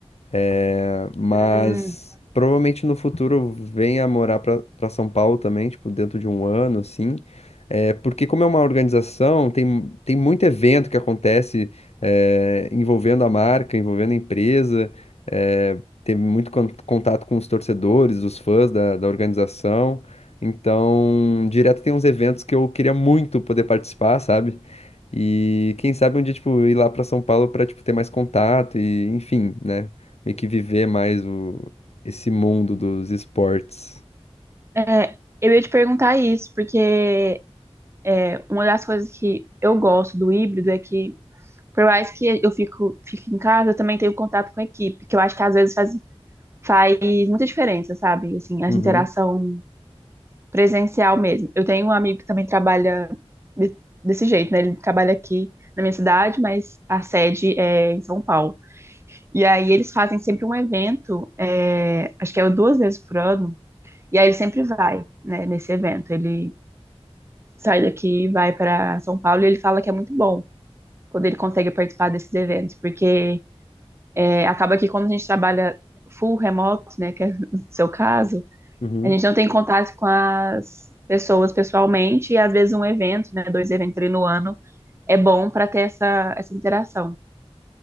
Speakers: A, on the left; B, on the right.
A: É, mas
B: Hum,
A: provavelmente no futuro eu venha morar pra pra São Paulo também, tipo, dentro de um ano, assim. É, porque como é uma organização, tem, tem muito evento que acontece é, envolvendo a marca, envolvendo a empresa, é, teve muito con- contato com os torcedores, os fãs da, da organização. Então, direto tem uns eventos que eu queria muito poder participar, sabe? E quem sabe um dia, tipo, ir lá pra São Paulo pra, tipo, ter mais contato e, enfim, né? Meio que viver mais o... esse mundo dos esportes.
B: é, eu ia te perguntar isso, porque é, uma das coisas que eu gosto do híbrido é que, por mais que eu fico, fique em casa, eu também tenho contato com a equipe, que eu acho que às vezes faz faz muita diferença, sabe? Assim, a
A: Uhum,
B: interação presencial mesmo. Eu tenho um amigo que também trabalha de- desse jeito, né? Ele trabalha aqui na minha cidade, mas a sede é em São Paulo. E aí eles fazem sempre um evento, é, acho que é duas vezes por ano, e aí ele sempre vai, né, nesse evento. Ele sai daqui e vai para São Paulo e ele fala que é muito bom. Quando ele consegue participar desses eventos, porque é, acaba que quando a gente trabalha full remoto, né, que é <laughs> o seu caso,
A: uhum.
B: A gente não tem contato com as pessoas pessoalmente, e às vezes um evento, né, dois eventos ali no ano, é bom para ter essa, essa interação.